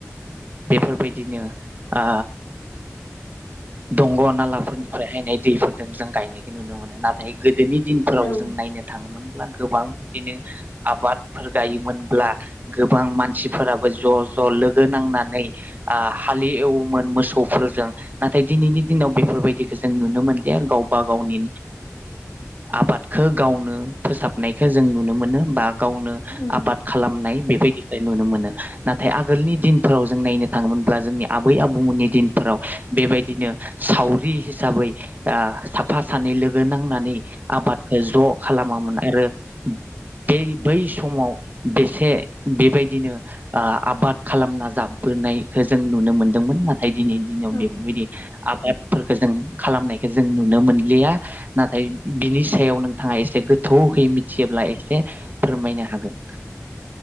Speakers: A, on the right; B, on the left.
A: बेफोरबायदिनो आ दंग' नालाफोरनिफ्राय हायनाय दैफोरजों जों गायनायखौ नुनो मोनो नाथाय गोदोनि दिन फोराव
B: औ
A: जों नायनो थाङोमोन गोबां बिदिनो आबादफोर गायोमोनब्ला गोबां मानसिफोराबो ज' ज' लोगो नांनानै ओ हालेवोमोन मोसौफोरजों नाथाय दिनैनि दिनाव बेफोरबायदिखौ जों नुनो मोनलिया गावबा गावनि आबादखौ गावनो फोसाबनायखो जों नुनो मोनो बा गावनो
B: औ
A: आबाद खालामनाय बेदिख नुनो मोनो नाथाय आगोलनि दिनफोराव जों नायनो थाङोमोनब्ला जोंनि आबै आबौमोननि दिनफोराव बेबायदिनो सावरि हिसाबै ओ साफा सानै लोगो नांनानै आबादखौ ज' खालामामोन आरो बे बै समाव बेसे बेबायदिनो ओ आबाद खालामना जाबबोनायखौ जों नुनो मोनदोंमोन नाथाय दिनैनि दिनाव
B: औ
A: बेफोरबायदि आबादफोरखौ जों खालामनायखौ जों नुनो मोनलिया नाथाय बिनि सायाव नोंथाङा एसे गोथौहै मिथियोब्ला एसे फोरमायनो हागोन